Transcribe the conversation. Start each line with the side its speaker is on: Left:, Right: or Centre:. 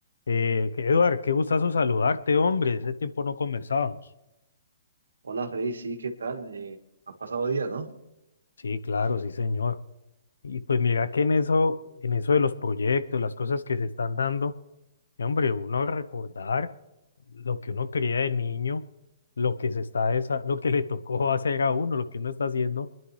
Left: Eh, que- Eduard, qué gustazo saludarte, hombre. Ese tiempo no conversábamos.
Right: Hola Freddy, sí, ¿qué tal? Eh, han pasado días, ¿no?
Left: Sí, claro, sí, señor. Y pues mira que en eso, en eso de los proyectos, las cosas que se están dando, eh, hombre, uno recordar lo que uno creía de niño, lo que se está, desa- lo que le tocó <laughs> hacer a uno, lo que uno está haciendo,